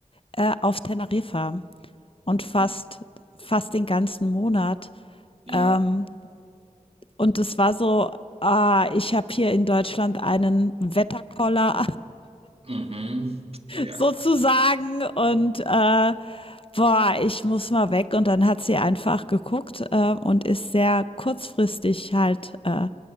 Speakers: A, on the left; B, on the right.
A: äh, auf Teneriffa und
B: Mhm.
A: fast fast den ganzen Monat.
B: Ja.
A: Ähm, und es war so: „Ah, ich habe hier in Deutschland einen Wetterkoller
B: Mhm. Ja.
A: sozusagen und äh, boah, ich muss mal weg. Und dann hat sie einfach geguckt äh, und ist sehr kurzfristig halt äh,